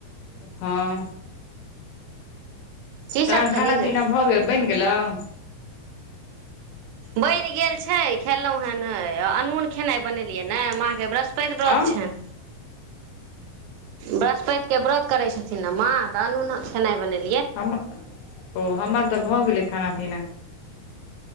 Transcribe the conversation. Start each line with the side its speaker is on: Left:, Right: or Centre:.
Left: हां।
Right: की
Left: तखन
Right: सब खेली
Left: खाना पीना
Right: गै
Left: भगेल बैन खेलहुं।
Right: बनि गेल छै, खेलहुं हे नै आ अनून खेनाइ बनेलियै ने, मां के बृहस्पत पति व्रत
Left: हँ
Right: चैन। बृहस्पति के व्रत करै छथिन ने माँ त अनूना खेनाइ बनेने
Left: हम ओ हमर तऽ भऽ गेलै खाना पीना।